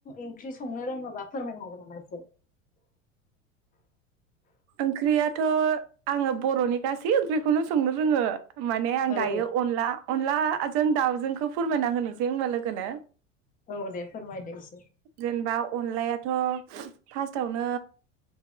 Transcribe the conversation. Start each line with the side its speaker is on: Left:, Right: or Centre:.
Left: एंख्रि संनो रोङोबा फोरमायनो हागोन नामा एसे
Right: ओंख्रियाथ' आङो बर'नि गासै ओंख्रि खौनो संनो रोङो माने आं दायो
Left: औ
Right: अनला अनलाजों दाउजोंखो फोरमायना होनोसै होमबा लो गोनो
Left: औ दे फोरमायदो एसे
Right: जेनबा अनलायाथ' फास्टावनो